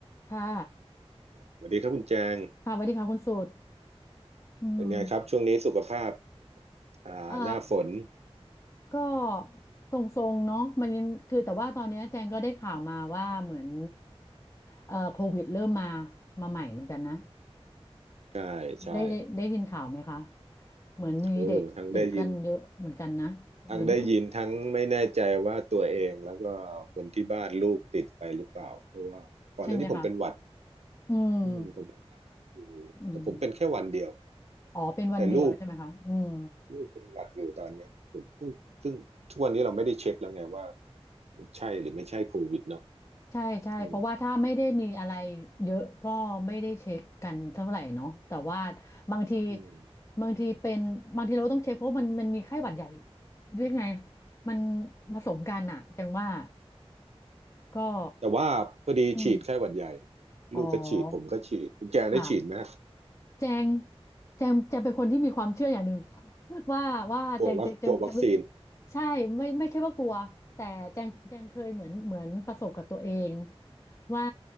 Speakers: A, on the left; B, on the right.
A: ค่ะ
B: สวัสดีครับคุณแจง
A: ค่ะสวัสดีค่ะคุณสุดอืม
B: เป็นไงครับช่วงนี้สุขภาพอ่าหน้าฝน
A: เอ่อก็ทรงๆ เนาะมันยังคือแต่ว่าตอนเนี้ยแจงก็ได้ข่าวมาว่าเหมือนเอ่อโควิดเริ่มมามาใหม่เหมือนกันนะ
B: ใช่ใช่
A: ได้ได้ได้ยินข่าวไหมคะ เหมือนมีเด็กติดกันเยอะเหมือนกันนะหรือไม่
B: โอ้ทั้งได้ยินทั้งได้ยินทั้งไม่แน่ใจว่าตัวเองแล้วก็คนที่บ้านลูกติดไปหรือเปล่าเพราะว่าก่อนหน้านี้ผมเป็นหวัด
A: ใช่ไหมคะอืม
B: อืมผมเป็นหวัดอยู่แต่ผมเป็นแค่วันเดียว
A: อืมอ๋อเป็นวันเดียวใช่ไหมคะอืม
B: แต่ลูกลูกเป็นหวัดอยู่ตอนเนี้ยผมซึ่งซึ่งทุกวันนี้เราไม่ได้เช็คแล้วไงว่ามันใช่หรือไม่ใช่โควิดเนาะ
A: ใช่ใช่เพราะว่าถ้าไม่ได้มีอะไร
B: อืม
A: เยอะก็ไม่ได้เช็คกันเท่าไหร่เนาะแต่ว่าบางที
B: อืม
A: บางทีเป็นบางทีเราต้องเช็คเพราะมันมันมีไข้หวัดใหญ่ด้วยไงมันผสมกันอะจังว่าก็
B: แต่ว่าพอดีฉีดไข้หวัดใหญ่
A: อืมอ๋อ
B: ลูกก็ฉีดผมก็ฉีดคุณแจงได้ฉีดไหม
A: ค่ะ แจงแจงแจงเป็นคนที่มีความเชื่ออย่างหนึ่ง <laughs> ว่าว่าแจงแจงแจงจะไม่
B: กลัววัคกลัววัคซีน
A: ใช่ไม่ไม่ใช่ว่ากลัวแต่แจงแจงเคยเหมือนเหมือนประสบกับตัวเองว่า